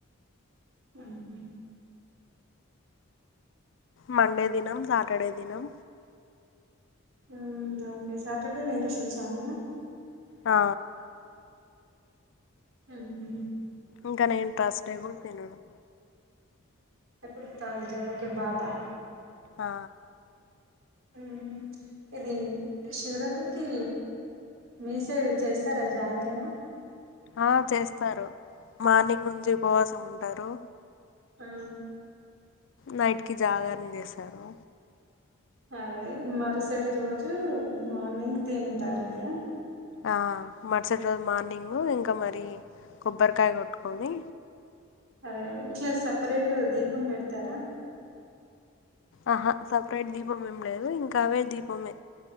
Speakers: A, on the right; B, on the left.
A: హు హామ్
B: మండే తినం సాటర్డే తినం
A: ఉం ఓకే సాటర్డే వెంకటేశ్వర స్వామియా
B: ఆ
A: హు హామ్
B: ఇంకా నేను త్ర్సడే కూడా తినను
A: ఎప్పుడు త్ర్సడై ఓకే బాబా
B: ఆ
A: మ్మ్ ఇది శివరాత్రికి మీ సైడ్ చేస్తారా జాగరణ
B: ఆ చేస్తారు మార్నింగ్ నుంచి ఉపవాసం ఉంటారు
A: ఆ
B: నైట్ కి జాగారణ చేసారు
A: అదే మరుసటి రోజు మార్నింగ్ తింటారు కదా
B: ఆ మరుసటి రోజు మార్నింగు ఇంకా మరి కొబ్బరికాయ కొట్టుకొని
A: అదే ఇట్లా సపరేట్ దీపం పెడతారా
B: ఆహా సపరేట్ దీపం ఏం లేదు ఇంకా అవే దీపమే